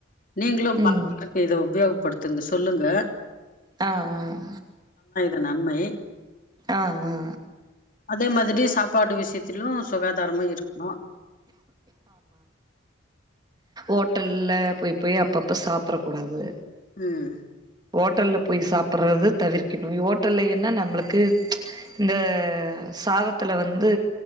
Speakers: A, on the left; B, on the right.
A: நீங்களு
B: ம்
A: பசங்களுக்கு இத உபயோகப்படுத் துங்க சொல்லுங்க.
B: ஆ ஆ
A: அ நன்மை
B: ஆ ஆ
A: அதே மாதிரி சாப்பாடு விஷயத்திலு சுகாதாரமா இருக்கணு.
B: ஓட்டல்லல போய் போய் அப்பப்ப சாப்பட கூடாது.
A: ம்
B: ஓட்டல்ல போய் சாப்பட்றத தவிர்க்கணு. ஓட்டல்ல என்ன நம்மளுக்கு இந்த சாதத்துல வந்து